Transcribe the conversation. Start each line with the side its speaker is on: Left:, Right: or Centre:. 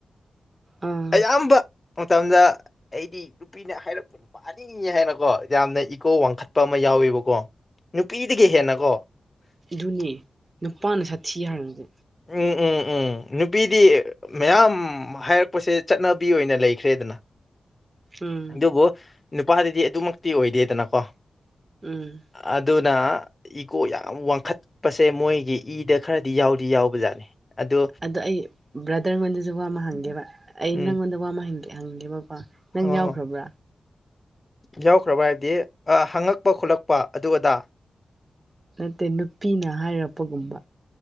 Right: ꯑꯥ
Left: ꯑꯌꯥꯝꯕ ꯃꯇꯝꯗ ꯑꯩꯗꯤ ꯅꯨꯄꯤꯅ ꯍꯥꯏꯔꯛꯄ ꯅꯨꯄꯥ ꯍꯥꯏꯅꯤꯡꯉ ꯍꯥꯏꯅꯀꯣ ꯌꯥꯝꯅ ꯏꯀꯣ ꯋꯥꯡꯈꯠꯄ ꯑꯃ ꯌꯥꯎꯋꯦꯕꯀꯣ ꯅꯨꯄꯤꯗꯒꯤ ꯍꯦꯟꯅ ꯀꯣ
Right: ꯑꯗꯨꯅꯦ ꯅꯨꯄꯥꯅ ꯁꯥꯊꯤ ꯍꯥꯏꯔꯕꯗꯦ
Left: ꯎꯝ ꯎꯝ ꯎꯝ ꯅꯨꯄꯤꯗꯤ ꯃꯌꯥꯝ ꯍꯥꯏꯔꯛꯄꯁꯦ ꯆꯠꯅꯕꯤ ꯑꯣꯏꯅ ꯂꯩꯈ꯭ꯔꯦꯗꯅ
Right: ꯎꯝ
Left: ꯑꯗꯨꯕꯨ ꯅꯨꯄꯥꯗꯗꯤ ꯑꯗꯨꯃꯛꯇꯤ ꯑꯣꯏꯗꯦꯗꯅꯀꯣ
Right: ꯎꯝ
Left: ꯑꯗꯨ ꯑꯗꯨꯅ ꯏꯒꯣ ꯌꯥꯝ ꯋꯥꯡꯈꯠꯄꯁꯦ ꯃꯣꯏꯒꯤ ꯏꯗ ꯈꯔꯗꯤ ꯌꯥꯎꯗꯤ ꯌꯥꯎꯕ ꯖꯥꯠꯅꯤ ꯑꯗꯣ
Right: ꯑꯗꯣ ꯑꯩ ꯕ꯭ꯔꯗꯔꯉꯣꯟꯗꯁꯨ ꯋꯥ ꯑꯃ ꯍꯪꯒꯦꯕ ꯑꯩ
Left: ꯎꯝ
Right: ꯅꯪꯉꯣꯟꯗ ꯋꯥ ꯑꯃꯦ ꯍꯪꯒꯦꯕꯀꯣ ꯅꯪ
Left: ꯑꯣ
Right: ꯌꯥꯎꯈ꯭ꯔꯕ꯭ꯔꯥ
Left: ꯌꯥꯎꯈ꯭ꯔꯕ ꯍꯥꯏꯕꯗꯤ ꯍꯪꯉꯛꯄ ꯈꯣꯠꯂꯛꯄ ꯑꯗꯨ ꯑꯗꯥ
Right: ꯅꯠꯇꯦ ꯅꯨꯄꯤꯅ ꯍꯥꯏꯔꯛꯄꯒꯨꯝꯕ